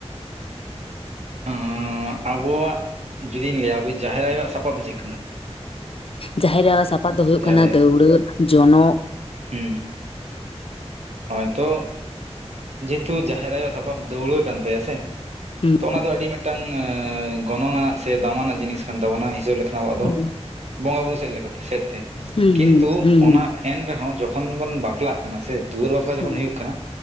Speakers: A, on the right; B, on the left.
A: ᱚᱸᱻ ᱟᱵᱚᱣᱟᱜ ᱡᱩᱫᱤᱧ ᱞᱟᱹᱭᱟ ᱟᱵᱚ ᱡᱟᱦᱮᱨ ᱟᱭᱳᱟᱜ ᱥᱟᱯᱟᱵ ᱫᱚ ᱪᱮᱫ ᱠᱟᱱᱟ?
B: ᱡᱟᱦᱮᱨ ᱟᱭᱳᱟᱜ ᱥᱟᱯᱟᱵ ᱫᱚ ᱦᱳᱭᱳᱜ
A: ᱡᱟᱦᱮᱨ
B: ᱠᱟᱱᱟ
A: ᱟᱭᱳ
B: ᱫᱟᱹᱣᱲᱟᱹ,
A: ᱥᱮ
B: ᱡᱚᱱᱚᱜ ᱾
A: ᱦᱩᱸ ᱾ ᱦᱳᱭ ᱛᱚ ᱡᱮᱦᱮᱛᱩ ᱡᱟᱦᱮᱨ ᱟᱭᱳ ᱥᱟᱯᱟᱵ ᱫᱟᱹᱣᱲᱟᱹ ᱠᱟᱱ ᱛᱟᱭᱟ ᱥᱮ ᱾
B: ᱦᱩᱸ
A: ᱛᱚ ᱚᱱᱟ ᱫᱚ ᱟᱹᱰᱤ ᱢᱤᱫᱴᱟᱝ ᱜᱚᱱᱚᱝ ᱟᱱᱟᱜ ᱥᱮ, ᱫᱟᱢᱟᱱᱟᱜ ᱡᱤᱱᱤᱥ ᱠᱟᱱ ᱛᱟᱵᱚᱱᱟ ᱦᱤᱥᱟᱹᱵ ᱞᱮᱠᱟ ᱟᱵᱚᱣᱟᱜ ᱫᱚ
B: ᱦᱩᱸ
A: ᱵᱚᱸᱜᱟ ᱵᱩᱨᱩ ᱥᱮᱫ ᱞᱮᱠᱟᱛᱮ, ᱥᱮᱫ ᱛᱮ
B: ᱦᱩᱸ
A: ᱠᱤᱱᱛᱩ
B: ᱦᱩᱸ ᱦᱩᱸ
A: ᱚᱱᱟ ᱮᱱ ᱨᱮᱦᱚᱸ ᱡᱚᱠᱷᱚᱱ ᱵᱚᱱ ᱵᱟᱯᱞᱟᱜ ᱠᱟᱱᱟ ᱥᱮ, ᱫᱩᱣᱟᱹᱨ ᱵᱟᱯᱞᱟ ᱡᱚᱠᱷᱚᱱ
B: ᱦᱩᱸ
A: ᱦᱩᱭᱩᱜ ᱠᱟᱱᱟ,